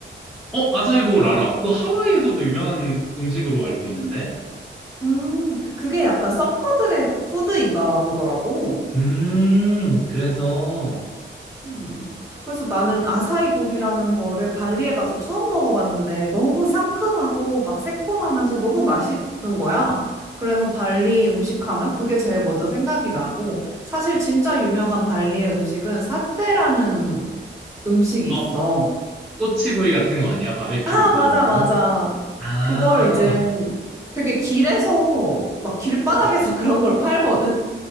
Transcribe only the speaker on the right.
음, 그게 약간 서퍼들의 푸드인가 보더라고.
음, 그래서 나는 아사이볼이라는 거를 발리에 가서 처음 먹어봤는데 너무 상큼하고 막 새콤하면서 너무 맛있는 거야. 그래서 발리 음식하면 그게 제일 먼저 생각이 나고 사실 진짜 유명한 발리의 음식은 사테라는 음식이
있어.
아,
맞아,
맞아.
그걸 이제 되게 길에서, 막 길바닥에서
<laughs> 그런 걸 팔거든?